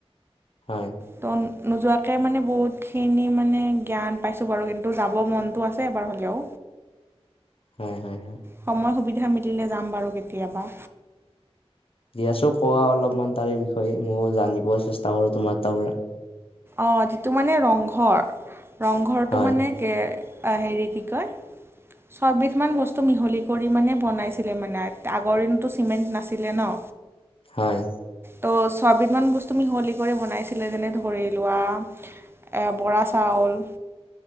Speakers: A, on the left; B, on the right.
A: হয়।
B: তো নোযোৱাকে মানে বহুতখিনি মানে জ্ঞান পাইছোঁ বাৰু কিন্তু যাব মনটো আছে এবাৰ হ'লেও।
A: হয় হয় হয়।
B: সময় সুবিধা মিলিলে যাম বাৰু কেতিয়াবা।
A: দিয়াছোন কোৱা অলপমান তাৰে বিষয়ে ময়ো জানিব চেষ্টা কৰো তোমাৰ তাৰ পৰা
B: অঁ যিটো মানে ৰংঘৰ ৰংঘৰটো
A: হয়
B: মানে হেৰি কি কয় ছয়বিধমান বস্তু মিহলি কৰি মানে বনাইছিলে মানে আগৰ দিনতো চিমেণ্ট নাছিলে ন।
A: হয়।
B: ত' ছবিধমান বস্তু মিহলি কৰি বনাইছিলে যেনে ধৰি লোৱা বৰা চাউল